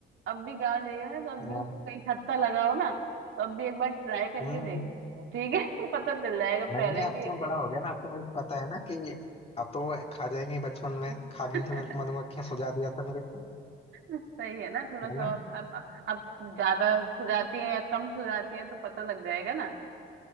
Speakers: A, on the right; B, on the left.
A: अब भी गाँव जाइए ना तो अब
B: हाँ,
A: भी उसको कहीं छत्ता लगाओ ना तो अब भी एक बार ट्राई करके
B: हम्म
A: देख लियो, ठीक है <laughs> पता चल जाएगा पहले
B: नहीं नहीं अब
A: भी
B: तो मैं बड़ा हो गया ना अब तो मेरे को पता है ना कि अब तो वो खा जाएंगी बचपन में
A: <laughs>
B: खा गई थी मेरे को मधुमक्खियां सुझा दिया था मेरे को
A: सही है ना थोड़ा सा
B: है ना
A: और अब अब ज्यादा सुझाती है या कम सुझाती है तो पता लग जाएगा ना